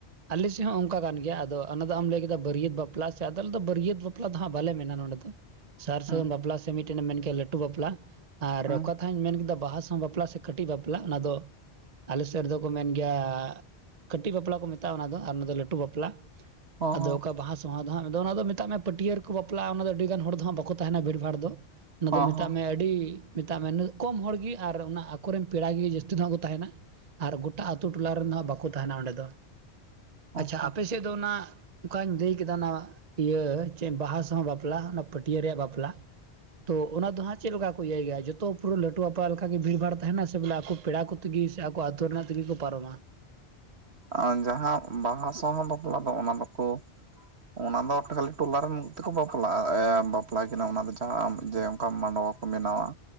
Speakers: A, on the right; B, on the right.
A: ᱟᱞᱮᱥᱮᱫ ᱦᱚᱸ ᱚᱱᱠᱟ ᱠᱟᱱ ᱜᱮᱭᱟ ᱟᱫᱚ ᱚᱱᱟ ᱫᱚ ᱟᱢ ᱞᱟᱹᱭ ᱠᱮᱫᱟ ᱵᱟᱹᱨᱭᱟᱹᱛ ᱵᱟᱯᱞᱟ ᱥᱮ ᱟᱫᱚ ᱟᱞᱮᱫᱚ ᱵᱟᱹᱨᱭᱟᱹᱛ ᱵᱟᱯᱼᱼ ᱯᱟᱞᱟ ᱫᱚ ᱦᱟᱸᱜ ᱵᱟᱞᱮ ᱢᱮᱱᱟ ᱱᱚᱸᱰᱮ ᱫᱚ᱾ ᱥᱟᱨ
B: ᱚ
A: ᱥᱟᱹᱜᱩᱱ ᱵᱟᱯᱞᱟ ᱥᱮ ᱢᱤᱫᱴᱮᱱ ᱮᱢ ᱢᱮᱱ ᱠᱮᱜ ᱞᱟᱹᱴᱩ ᱵᱟᱯᱞᱟ ᱟᱨ
B: ᱦᱚᱸ
A: ᱚᱠᱟᱛᱷᱟᱧ ᱢᱮᱱ ᱠᱮᱫᱼᱼ ᱫᱟ ᱵᱟᱦᱟ ᱥᱟᱶ ᱵᱟᱯᱞᱟ ᱥᱮ ᱠᱟᱹᱴᱤᱡ ᱵᱟᱯᱞᱟ ᱚᱱᱟ ᱫᱚᱼᱼ ᱟᱞᱮ ᱥᱮᱫ ᱨᱮᱫᱚ ᱠᱚ ᱢᱮᱱ ᱜᱮᱭᱟ ᱠᱟᱹᱴᱤᱡ ᱵᱟᱯᱞᱟ ᱠᱚ ᱢᱮᱛᱟᱜᱼᱟ ᱚᱱᱟ ᱫᱚ ᱟᱨ ᱚᱱᱟ ᱫᱚ ᱞᱟᱹᱴᱩ ᱵᱟᱯᱞᱟ᱾
B: ᱦᱚᱸ
A: ᱟᱫᱚ ᱚᱠᱟ ᱵᱟᱦᱟ ᱥᱟᱼᱼ ᱱᱚᱶᱟ ᱫᱚ ᱦᱟᱸᱜ ᱫᱚ ᱚᱱᱟ ᱫᱚ ᱢᱮᱛᱟᱜ ᱢᱮ ᱯᱟᱹᱴᱭᱟᱹ ᱨᱮᱠᱚ ᱵᱟᱯᱞᱟᱜᱼᱟ ᱚᱱᱟ ᱫᱚ ᱟᱹᱰᱤᱜᱟᱱ ᱦᱚᱲ ᱫᱚ ᱦᱟᱸᱜ ᱵᱟᱠᱚ ᱛᱟᱦᱮᱱᱟ ᱵᱷᱤᱲᱵᱷᱟᱲ ᱫᱚ᱾ ᱚᱱᱟ
B: ᱦᱚᱸ
A: ᱫᱚ ᱢᱮᱛᱟᱜ
B: ᱦᱚᱸ ᱦᱚᱸ
A: ᱢᱮ ᱟᱹᱰᱤ ᱢᱮᱛᱟᱜ ᱢᱮ <unintelligible> ᱠᱚᱢ ᱦᱚᱲᱜᱮ ᱟᱨ ᱚᱱᱟ ᱟᱠᱚᱨᱮᱱ ᱯᱮᱲᱟᱜᱮ ᱡᱟᱹᱥᱛᱤ ᱫᱚ ᱦᱟᱸᱜ ᱠᱚ ᱛᱟᱦᱮᱱᱟ᱾ ᱟᱨ ᱜᱚᱴᱟ ᱟᱛᱩ ᱴᱚᱞᱟ ᱨᱮᱱ ᱫᱚ ᱦᱟᱸᱜ ᱵᱟᱠᱚ ᱛᱟᱦᱮᱱᱟ ᱚᱸᱰᱮ ᱫᱚ ᱟᱪᱷᱟ
B: ᱦᱚᱸ
A: ᱟᱯᱮ ᱥᱮᱫ ᱫᱚ ᱚᱱᱟᱼᱼ ᱚᱱᱠᱟᱧ ᱞᱟᱹᱭ ᱠᱮᱫᱟ ᱚᱱᱟ ᱤᱭᱟᱹ ᱪᱮᱫ ᱵᱟᱦᱟ ᱥᱟᱶ ᱵᱟᱯᱞᱟ ᱚᱱᱟ ᱯᱟᱹᱴᱭᱟᱹ ᱨᱮᱭᱟᱜ ᱵᱟᱯᱞᱟᱼᱼ ᱛᱚ ᱚᱱᱟ ᱫᱚ ᱦᱟᱸᱜ ᱪᱮᱫ ᱞᱮᱠᱟ ᱠᱚ ᱤᱭᱟᱹᱭ ᱜᱮᱭᱟ ᱡᱚᱛᱚ ᱯᱩᱨᱟᱹ ᱞᱟᱹᱴᱩᱣᱟᱜᱼᱼ ᱯᱟ ᱞᱮᱠᱟᱜᱤ ᱵᱷᱤᱲᱵᱷᱟᱲ ᱛᱟᱦᱮᱱᱟ ᱥᱮ ᱵᱚᱞᱮ ᱟᱠᱚ ᱯᱮᱲᱟ ᱠᱚ ᱛᱮᱜᱤ ᱥᱮ ᱟᱠᱚ ᱟᱹᱛᱩ ᱨᱮᱱᱟᱜ ᱛᱮᱜᱤ ᱠᱚ ᱯᱟᱨᱚᱢᱟ?
B: ᱟᱨ ᱡᱟᱦᱟᱸ ᱵᱟᱦᱟ ᱥᱟᱶᱦᱟ ᱵᱟᱯᱞᱟ ᱫᱚ ᱚᱱᱟ ᱫᱚᱠᱚᱼᱼ
A: <unintelligible>
B: ᱚᱱᱟ ᱫᱚ ᱠᱷᱟᱹᱞᱤ ᱴᱚᱞᱟ ᱨᱮᱱ ᱛᱮᱠᱚ ᱵᱟᱯᱞᱟᱜᱼᱟ ᱮᱸ ᱵᱟᱯᱞᱟ ᱠᱤᱱᱟ ᱚᱱᱟ ᱫᱚ ᱡᱟᱦᱟᱸ ᱟᱢ ᱡᱮ ᱚᱱᱠᱟᱢ ᱟᱱᱩᱵᱷᱼᱼ ᱠᱚ ᱢᱮᱱᱟᱣᱟᱜᱼᱟᱼᱼ